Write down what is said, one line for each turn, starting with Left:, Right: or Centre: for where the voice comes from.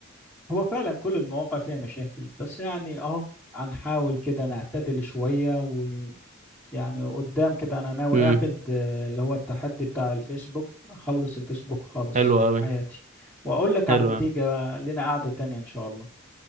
Centre: هو فعلا كل المواقع فيها مشاكل بس يعني اهو هنحاول كده نعتدل شوية ويعني قدام كده انا ناوي
Right: امم
Centre: اخد آه، اللي هو التحدي بتاع الفيسبوك اخلص الفيسبوك خالص
Right: حلو قوي
Centre: حياتي واقول لك عن
Right: حلو
Centre: النتيجة
Right: أوي.
Centre: بقى، لنا قعدة تانية ان شاء الله